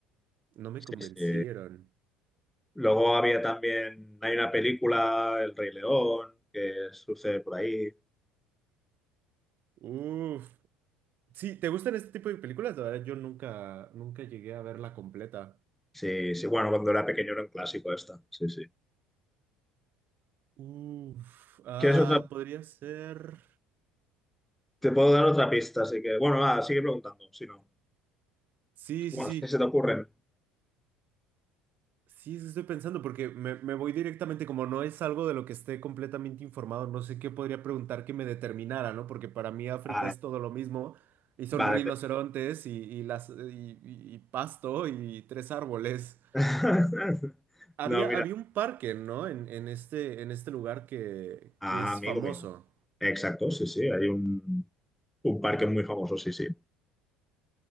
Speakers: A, on the right; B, in the centre.
A: no me
B: Sí,
A: convencieron.
B: sí. Luego había también, hay una película, El Rey León, que sucede por ahí.
A: Uf. Sí, ¿te gustan este tipo de películas? La verdad, yo nunca, nunca llegué a verla completa.
B: Sí, sí, bueno, cuando era pequeño era un clásico esta. Sí, sí.
A: Uf. Ah,
B: ¿Quieres otra?
A: podría ser.
B: Te puedo dar otra pista, así que, bueno, nada, sigue preguntando, si no.
A: Sí,
B: Bueno,
A: sí, sí.
B: si se te ocurren.
A: Sí, eso estoy pensando porque me, me voy directamente, como no es algo de lo que esté completamente informado, no sé qué podría preguntar que me determinara, ¿no? Porque para mí África
B: Vale,
A: es todo lo mismo y son
B: vale.
A: rinocerontes
B: te-
A: y, y las, y, y- y pasto y tres árboles.
B: <laughs>
A: Había,
B: No, mira.
A: había un parque, ¿no? En, en este, en este lugar que,
B: Ah,
A: que es
B: amigo
A: famoso.
B: mío. Exacto, sí, sí, hay un, un parque muy famoso, sí, sí.